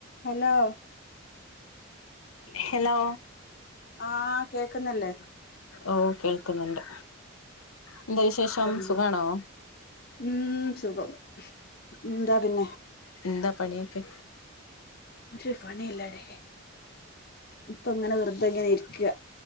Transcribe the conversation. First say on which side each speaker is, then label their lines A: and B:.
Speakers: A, on the left; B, on the left.
A: Hello
B: hello
A: ആഹ് കേക്കുന്നില്ലേ
B: ഓഹ് കേൾക്കുന്നുണ്ട് എന്താ വിശേഷം
A: പറയൂ
B: സുഖാണോ
A: ഉം സുഖം എന്താ പിന്നെ
B: ന്താ പണിയൊക്കെ
A: ഒരു പണില്ലാടി ഇപ്പൊങ്ങനെ വെറ്തെ ങ്ങനെ ഇരിക്ക